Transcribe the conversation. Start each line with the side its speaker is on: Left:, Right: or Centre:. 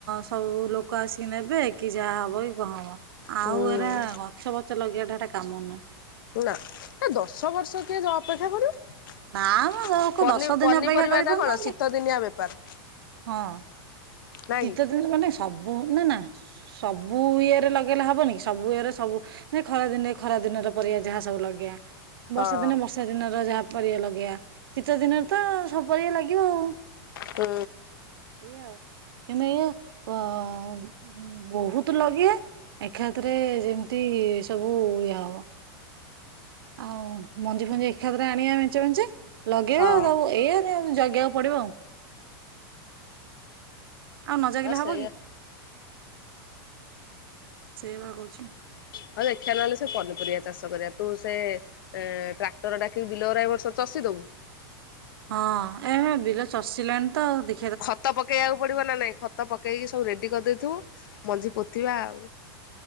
Right: ସବୁ ଲୋକ ଆସିକି ନେବେ କି ଯାହା ହବ କି କଣ ହବ। ଆଉ
Left: ହୁଁ
Right: ଏରା ଗ ଗଛ ପଛ ଲଗେଇବାଟା ଏଟା କାମ ନା।
Left: ନା ଏ ଦଶ ବର୍ଷ କିଏ ଯେ ଅପେକ୍ଷା କରିବ।
Right: ନା ମ ଲୋକ
Left: ପନି
Right: ଦଶ ଦିନ
Left: ପନିପରିବା
Right: ଅପେକ୍ଷା କରିପାରୁନାହାନ୍ତି।
Left: ଟା କଣ ଶୀତ ଦିନିଆ ବେପାର।
Right: ହଁ।
Left: ନାଇଁ
Right: ଶୀତଦିନେ
Left: କି
Right: ମାନେ ସବୁ ସବୁ ନା ନା ସବୁ ଇଏରେ ଲଗେଇଲେ ହବନି ସବୁ ଇଏରେ ସବୁ ନା ଖରା ଦିନେ ଖରା ଦିନର ପରିବା ଯାହା ସବୁ ଲଗେଇବା।
Left: ହଁ
Right: ବର୍ଷା ଦିନ ବର୍ଷା ଦିନ ର ଯାହା ପରିଆ ଲଗେଇବା ଶୀତ ଦିନରେ ତ ସବୁ ପରିଆ ଲାଗିବ ଆଉ।
Left: ହୁଁ।
Right: ସେଆଉ। କିନ୍ତୁ ଇଏ ଅ-ଅ-ଅ ବହୁତ ଲଗେଇଆ ଏକାଥରେ ଯେମିତି-ତି-ତି ସବୁ-ବୁ-ବୁ ଇଏ ହବ ଆଉ ମଞ୍ଜି ଫଞ୍ଜି ଏକାଥରେ ଆଣିବା ମେଞ୍ଚେ ମେଞ୍ଚେ। ଲଗେଇବା
Left: ହଁ
Right: ତାକୁ ଏଇଆ। ଜଗିବାକୁ ପଡିବ ଆଉ। ଆଉ ନ ଜଗିଲେ
Left: ହଁ ସେଇଆ
Right: ହବ କି। ସେଇ ବା କହୁଛି।
Left: ହଁ ଦେଖିବା ନହେଲେ ସେ ପନିପରିବା ଚାଷ କରିବା ତୁ ସେ ଏ ଟ୍ରାକ୍ଟର ଡାକି ବିଲ ଗୁରା ଏ ବର୍ଷ ଚଷି ଦବୁ।
Right: ହଁ ଏବେ ବିଲ ଚଷିଲାଣି ତ ଆଉ ଦେ
Left: ଖତ ପକେଇବାକୁ ପଡିବ ନା ନାଇଁ ଖତ ପକେଇକି ସବୁ ରେଡି କରିଦେଇଥିବୁ। ମଞ୍ଜି ପୋତିବା ଆଉ।